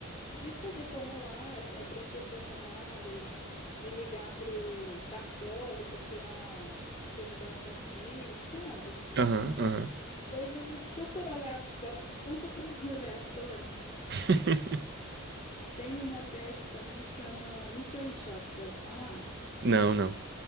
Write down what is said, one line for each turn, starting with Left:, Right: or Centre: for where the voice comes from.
Left: de fazer formulário, eh, preencher formulário, de ligar para o cartório para tirar certidão de nascimento, sabe?
Right: aham, aham.
Left: Coisas super aleatórias. Já fiz tanta coisa <laughs> aleatória.
Right: <laughs>
Left: Tem uma task também que chama Mystery Shop, já ouviu falar?
Right: Não, não.